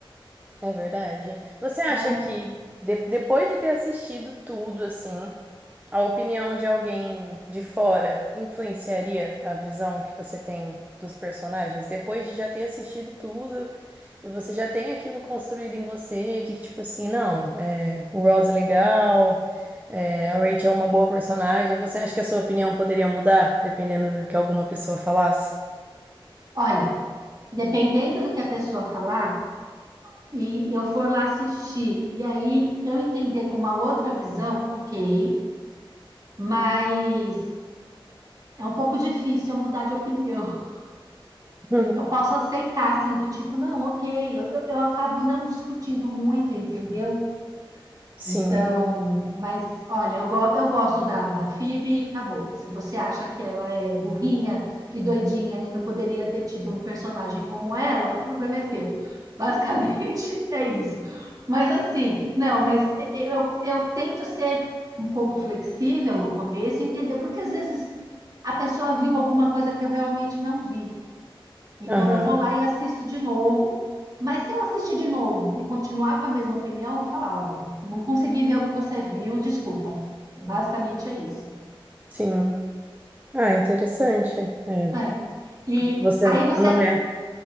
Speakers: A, on the right; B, on the right.
A: é verdade. Você acha
B: né?
A: que, de- depois de ter assistido tudo, assim... A opinião de alguém de fora influenciaria a visão que você tem dos personagens depois de já ter assistido tudo e você já tem aquilo construído em você de que, tipo assim, não, é, o Ross é legal, é, a Rachel é uma boa personagem. Você acha que a sua opinião poderia mudar dependendo do que alguma pessoa falasse?
B: Olha, dependendo do que a pessoa falar, e eu for lá assistir, e aí eu entender com uma outra visão, ok, mas é um pouco difícil eu mudar de opinião. <laughs>
A: <laughs> Uhum.
B: Eu posso aceitar, assim, do tipo, não, ok, eu, eu, eu acabo não discutindo muito, entendeu?
A: Sim.
B: Então, mas olha, eu, go- eu gosto da, da FIB e acabou. Se você acha que ela é burrinha e doidinha e não poderia ter tido um personagem como ela, o problema é teu. Basicamente <laughs> é isso. Mas assim, não, mas e- e- eu, eu tento ser um pouco flexível no começo, e entender, porque às vezes a pessoa viu alguma coisa que eu realmente não vi. Então
A: Aham,
B: eu vou lá e assisto de novo. Mas se eu assistir de novo e continuar com a mesma opinião, eu vou falar, olha, não consegui ver o que você viu, desculpa. Basicamente é isso.
A: sim. Ah, interessante. É,
B: É. E
A: você
B: aí você
A: não é,